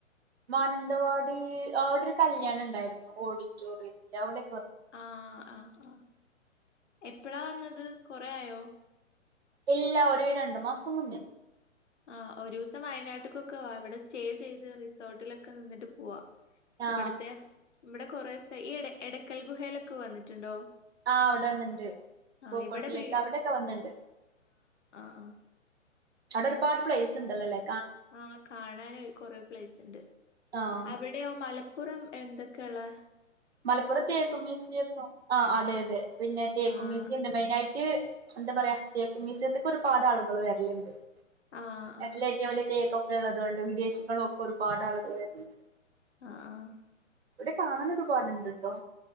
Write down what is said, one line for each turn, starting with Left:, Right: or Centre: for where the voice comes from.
Right: മാനന്തവാടി അവിടെ ഒരു കല്യാണ എണ്ടായിരുന്നു ഓഡിറ്റോറിയത്തിൽ അവിടെ
Left: ആ ആ ആ എപ്പഴാ വന്നത് കൊറേ ആയോ
Right: എല്ലാ ഒര് രണ്ടു മാസം മുന്നേ
Left: ആ ഒരു ദിവസം വയനാട്ടക്കൊക്കെ ആ ഇവിടെ സ്റ്റേ ചെയ്ത് റിസോർട്ടിലൊക്കെ നിന്നിട്ട് പോവാ
Right: ആഹ്
Left: ഇവിടുത്തെ ഇവിടെ കുറേ സ്സെ ഈ എട എടയ്ക്കൽ ഗുഹയിലൊക്കെ വന്നിട്ടുണ്ടോ
Right: ആ അവിടെ വന്നിണ്ട് പൂക്കോട്ടിലേക്ക്
Left: ആഹ് ഇവിടെ വീ
Right: അവിടെക്കെ വന്നിണ്ട്
Left: ആ
Right: അവിട ഒരുപാട് പ്ലേസ്ണ്ടല്ലോല്ലേ
Left: ആ കാണാന് കൊറെ പ്ലേസ് ഇണ്ട്
Right: ആഹ്
Left: അവിടെയൊ മല പ്പുറം എന്തൊക്കെയെള്ളെ
Right: മലപ്പുറം തേക്കും മ്യുസിയക്കും ആ അതെ അതെ പിന്നെ തേക്കും
Left: ആഹ്
Right: മ്യുസിയം ഇണ്ട് മെയിനായിട്ട് എന്താ പറയാ തേക്കും മ്യുസിയത്തിക്ക് ഒരുപാട് ആളുകൾ വരലെണ്ട്
Left: ആഹ്
Right: <unintelligible>
Left: ആഹ്
Right: ഏറ്റവും വലിയ തേക്കൊ ഉള്ളത്ുകൊണ്ട് വിദേശങ്ങളൊക്കെ ഒരുപാട് ആളുകൾ വരുന്നുണ്ട്
Left: ആഹ ആഹ
Right: ഇവിടെ കാണ പാടുണ്ട്ട്ടോ